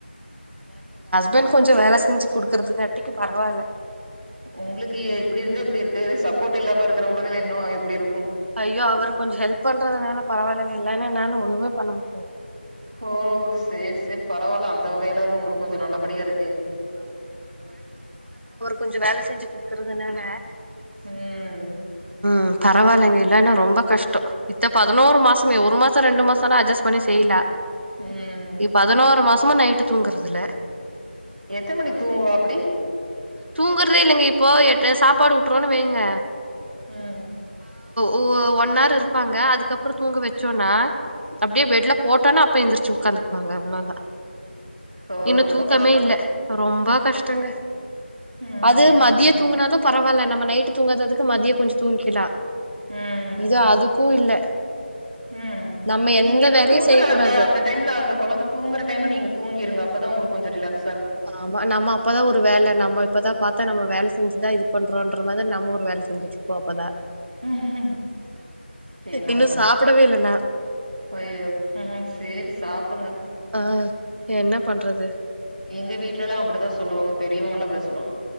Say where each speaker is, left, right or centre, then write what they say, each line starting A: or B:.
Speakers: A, on the right; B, on the right.
A: பண் கொஞ்ச வேல செஞ்சு குடுக்கறதுக்காட்டிக்கு பரவால்ல
B: உங்களுக்கு இப்படி இருந்தே இப்படி இருக்கு சப்போர்ட் இல்லாம இரு இருக்கிறவங்களு இன்னு எப்டி இருக்கு
A: ஐயோ அவர் கொஞ்ச ஹெல்ப் பண்றதுனால பரவாயில்லங்க இல்லனா என்னால ஒண்ணுமே பண்ண முடியாது
B: ஓ சேரி சேரி பரவால்ல அந்த வகையிலாவது உங்களுக்கு கொஞ்ச நல்லபடியா இருக்கே
A: கொஞ்ச வேல செஞ்சு குடுக்குறதுனால
B: ம்
A: ம் பரவாலங்க இல்லேனா ரொம்ப கஷ்ட இத்த பதினோரு மாசமே ஒரு மாச ரெண்டு மாசனா அட்ஜஸ்ட் பண்ணி செய்லா
B: ம்
A: இது பதனோரு மாச மா நைட்டு தூங்கறதில
B: எத்ன மணிக்கு தூங்குவா அப்டி
A: தூங்கறதே இல்லங்க இப்போ எட் சாப்பாடு ஊட்றோனு வெய்ங்க
B: ம்
A: ஓ ஒன் ஹார் இருப்பாங்க அதுக்கப்ற தூங்க வச்சோனா அப்டியே பெட்ல போட்டொன அப்பே எந்திரிச்சு உக்காந்துக்குவாங்க அவ்ளோதா
B: ஓ
A: இன்னு
B: ரொம்ப
A: தூக்கமே
B: கஷ்ட
A: இல்ல ரொம்ப கஷ்டங்க
B: ம்.
A: அது மதிய தூங்குனாலு பரவால நம்ம நைட்டு தூங்காததுக்கு மதிய கொஞ்ச தூங்கிக்லா
B: ம்.
A: இது அதுக்கு இல்ல
B: ம்
A: நம்ம எந்த
B: நீங்க இப்ப
A: வேலையு
B: தூங்குறால்ல
A: செய்யக்கூடாது
B: அந்த டைம்ல அந்த கொழந்த தூங்குற டைம்ல நீங்க தூங்கிருங்க அப்பதா உங்ளுக் கொஞ்ச ரிலாக்ஸ்
A: ஆமா நம்ம அப்பதா ஒரு வேலை நம்ம இப்பதா பாத் த நம்ம வேல செஞ்சுதா இது பண்றோன்ற மாதுர் நம்ம ஒரு வேல செஞ்சுட்ருப்போ அப்பதா
B: ம்ஹ்ம். என்ன
A: இன்னு
B: பண்றது?
A: சாப்புடவே இல்ல நா
B: ஐயயோ ம் சேரி சாப்
A: ஆ என்ன பண்றது
B: எங்க வீட்ல்லா அப்புடிதா சொல்லுவோங்க பெரியவங்கல்லா அப்டுதா சொல்வாங்க